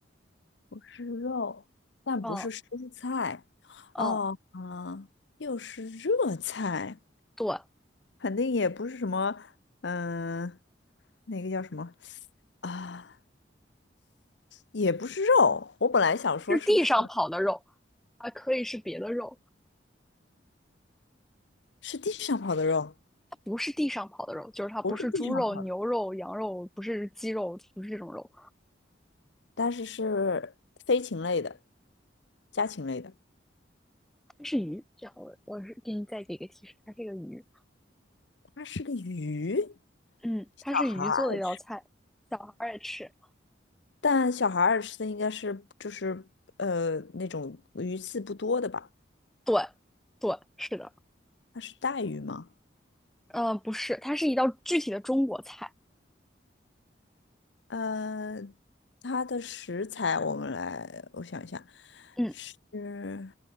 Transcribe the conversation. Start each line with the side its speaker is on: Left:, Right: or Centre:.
Left: 不是肉，但不是蔬菜，
Centre: 嗯嗯，
Left: 哦，嗯，又是热菜，
Centre: 对，
Left: 肯定也不是什么，嗯、那个叫什么啊？也不是肉。我本来想说是不是
Centre: 是地上跑的肉，还可以是别的肉，
Left: 是地上跑的肉，
Centre: 它不是地上跑的肉，就是它不是猪肉、
Left: 不是地上跑的，
Centre: 牛肉、羊肉，不是鸡肉，不是这种肉，
Left: 但是是飞禽类的、家禽类的。
Centre: 它是鱼。这样我我是给你再给一个提示，它是一个鱼。
Left: 它是个鱼，
Centre: 嗯，
Left: 小孩儿，
Centre: 它是鱼做的一道菜，小孩儿也吃。
Left: 但小孩儿吃的应该是就是呃那种鱼刺不多的吧。
Centre: 对对，是的。
Left: 它是带鱼吗？
Centre: 嗯，不是，它是一道具体的中国菜。
Left: 呃，它的食材我们来，我想一下，
Centre: 嗯，
Left: 是